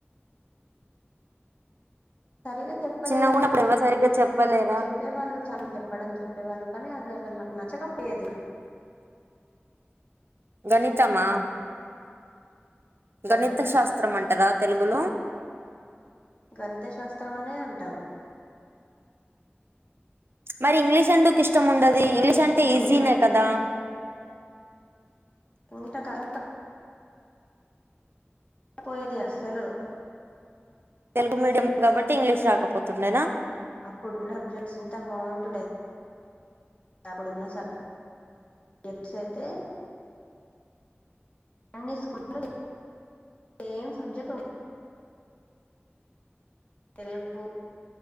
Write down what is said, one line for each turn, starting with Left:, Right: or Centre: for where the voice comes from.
Left: సరిగా చెప్పలేదనక
Right: చిన్నగున్నప్పుడు ఎవరు సరిగ్గా చెప్పలేరా
Left: చెప్పేవాళ్ళు చాలా చెప్పడంని చెప్పేవాళ్ళు కానీ అది అద్ నాక్ నచ్చకపోయాది
Right: గణితమా
Left: గణితం
Right: గణిత శాస్త్రంమంటరా తెలుగులో
Left: గణిత శాస్త్రం అనే అంటారు
Right: మరి ఇంగ్లీష్ ఎందుకు ఇష్టం ఉండది ఇంగ్లీష్ అంటే
Left: ఆ పుస్తకాలు
Right: ఈజీనే
Left: ఎంత
Right: కదా
Left: ఇట కడ పపోయేది అస్సలు
Right: తెలుగు మీడియం కాబట్టి ఇంగ్లీష్ రాకపోతుండేనా
Left: అప్పుడున్న సబ్జెక్ట్స్ ఇంత బాగుంటుడు అప్పుడున్న సబ్ సబ్జెక్ట్స్ అయితే అన్ని స్కూళ్ళలు సేమ్ సబ్జెక్ట్ ఉ తెలుగు